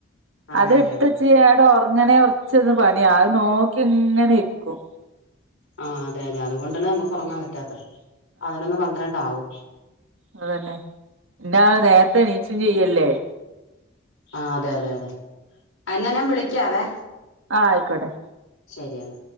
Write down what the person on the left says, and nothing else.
അതെ
അതെ
അതെ
ആഹ് അതെ അതെ അതുകൊണ്ടാണ് നമുക്ക് ഉറങ്ങാൻ പറ്റാത്തെ പതിനൊന്ന് പന്ത്രണ്ട്‌ ആവും
ആഹ് അതെ അതെ അതെ എന്നാ ഞാൻ വിളിക്കാവേ.
ശരിയാണ്.